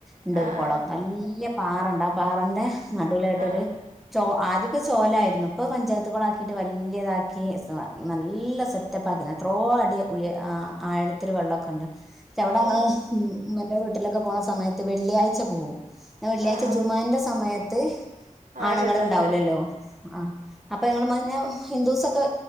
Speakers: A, in the centre; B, on the right (about 85°).
A: ഉണ്ടരു
B: ആ
A: കുളം
B: ആ
A: നല്ല പാറണ്ട് ആ പാറന്റെ നടുവിലായിട്ടൊരു
B: ആ
A: ചോ ആദ്യത്തേ ചോലായിരുന്നു ഇപ്പൊ പഞ്ചായത്തുകുളാക്കി വലിയതാക്കി നല്ല സെറ്റപ്പ്ക്കി എത്രോ അടി ആ ഒത്തിരി വെള്ളമൊക്കെ ഉണ്ട് അവിടെ ഞങ്ങൾ
B: ഏ
A: ഉമ്മൻ്റെ വീട്ടിലൊക്കെ പോണ സമയത്ത് വെള്ളിയാഴ്ച പോവും. പിന്നെ വെള്ളിയാഴ്ച
B: ആ ആ
A: ജുമുഹന്റെ സമയത്ത്
B: ആരും
A: ആണുങ്ങൾ
B: ഉണ്ടാവൂല
A: ഉണ്ടാവില്ലല്ലോ ആ അപ്പൊ ഞങ്ങള് മ പിന്നെ ഹിന്ദൂസൊക്കെ